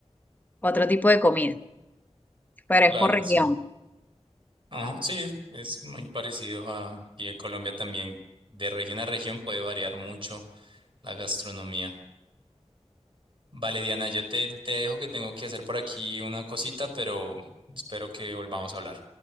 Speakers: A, on the left; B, on the right.
A: otro tipo de comida, pero
B: Claro,
A: es por región.
B: sí. Ajá, sí, es muy parecido a... Y en Colombia también, de región a región puede variar mucho la gastronomía. Vale, Diana, yo te, te dejo que tengo que hacer por aquí una cosita, pero espero que volvamos a hablar.